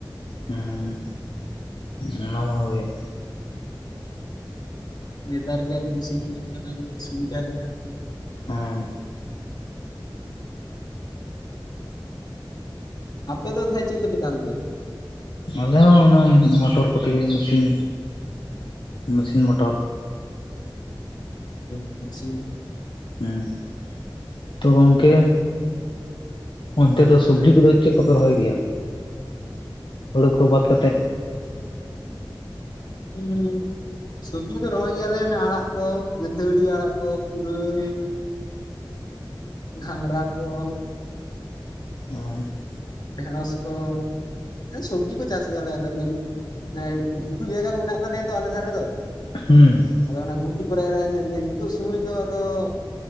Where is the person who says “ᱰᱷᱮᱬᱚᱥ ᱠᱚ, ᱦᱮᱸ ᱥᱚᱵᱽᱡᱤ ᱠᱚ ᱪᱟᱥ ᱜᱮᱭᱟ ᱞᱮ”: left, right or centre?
Left